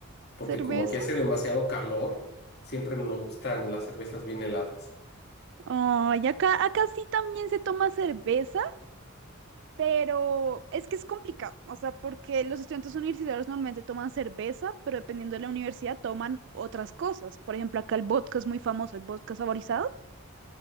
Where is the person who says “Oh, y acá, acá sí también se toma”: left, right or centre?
Right